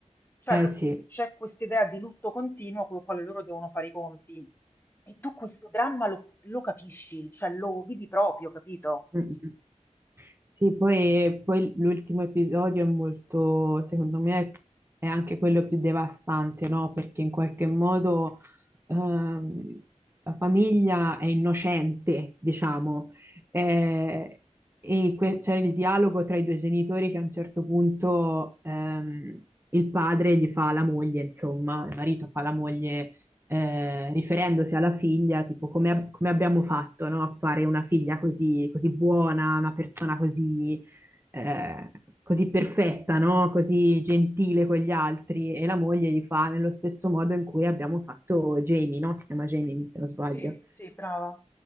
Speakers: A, on the left; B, on the right.
A: Cioè,
B: Eh sì.
A: che c'è questa idea di lutto continuo con il quale loro devono fare i conti. E tu questo dramma lo, lo capisci, cioè lo vivi proprio, capito?
B: Mm. Sì, poi, poi l'ultimo episodio è molto, secondo me, è anche quello più devastante, no? Perché in qualche modo ehm, la famiglia è innocente, diciamo, eh, e que- c'è il dialogo tra i due genitori che a un certo punto ehm, il padre gli fa la moglie, insomma, il marito fa la moglie eh, riferendosi alla figlia, tipo come, ab- come abbiamo fatto, no, a fare una figlia così, così buona, una persona così, eh, così perfetta, no, così gentile con gli altri. E la moglie gli fa nello stesso modo in cui abbiamo fatto Jamie, no? Si chiama Jamie, se non sbaglio.
A: Sì, sì, brava,